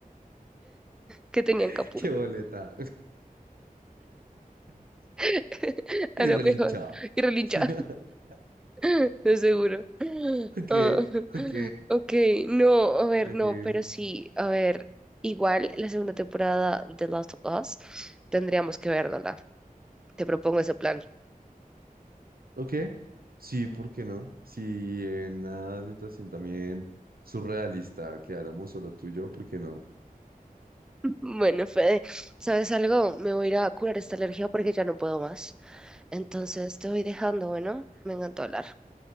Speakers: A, in the centre; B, on the right.
A: que tenían
B: <laughs>
A: Capula.
B: qué boleta, <laughs>
A: <laughs> A
B: y
A: lo
B: relinchado.
A: mejor. Y relincha,
B: <laughs>
A: <laughs> de seguro.
B: Ok,
A: Ah,
B: ok,
A: ok, no, a ver,
B: ok.
A: no, pero sí, a ver, igual la segunda temporada de Last of Us tendríamos que verla. Te propongo ese plan.
B: Ok, sí, ¿por qué no? Si en una situación también surrealista quedáramos solo tú y yo, ¿por qué no?
A: Bueno, Fede, ¿sabes algo? Me voy a ir a curar esta alergia porque ya no puedo más. Entonces te voy dejando, bueno, me encantó hablar.